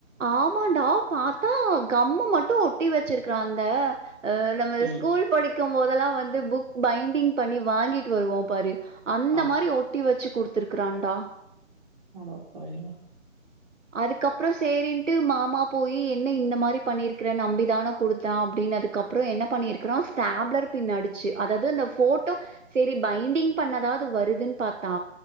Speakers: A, on the right; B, on the right.
A: ஆமான்டா பாத்தா கம்மு மட்டு ஒட்டி வெச்சிருக்கறான் அந்த அ நம்ம
B: ம்
A: ஸ்கூல் படிக்கும்போதெல்லா வந்து புக் பைண்டிங் பண்ணி வாங்கிட்டு வருவோம் பாரு அந்த
B: ஆம்
A: மாரி ஒட்டி வெச்சு குடுத்துருக்கான்டா
B: அடப்பாவிங்ளா
A: அதுக்கப்றோ சேரின்ட்டு மாமா போய் என்ன இந்த மாரி பண்ணிருக்கிற நம்பி தான குடுத்த அப்டி ன்னதுக்கப்றோ என்ன பண்ணியிருக்கிறான் ஸ்டாப்லர் பின் அடிச்சு அதாது அந்த போட்டோ சேரி பைண்டிங் பண் ணாதாது வருதுன்னு பாத்தா